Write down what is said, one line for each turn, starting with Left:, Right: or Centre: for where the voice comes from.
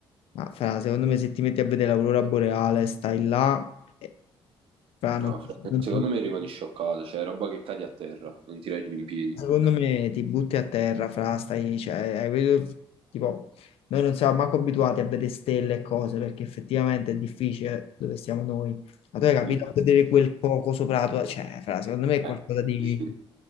Left: Ma fra, secondo me se ti metti a vedere l'aurora boreale, stai là, e, fra,
Right: No,
Left: non ti...
Right: fra-
Left: non
Right: secondo
Left: ti-
Right: me rimani scioccato, cioè roba che cadi a terra, non ti reggi in piedi.
Left: Secondo me ti butti a terra, fra, stai, cioè, hai capito? tipo, noi non siamo manco abituati a vedere stelle e cose, perché effettivamente è difficile dove siamo noi. Ma tu hai capito
Right: Mm.
Left: a vedere quel poco sopra la tua, cioè, fra, secondo me è qualcosa
Right: Eh,
Left: di,
Right: sì, sì,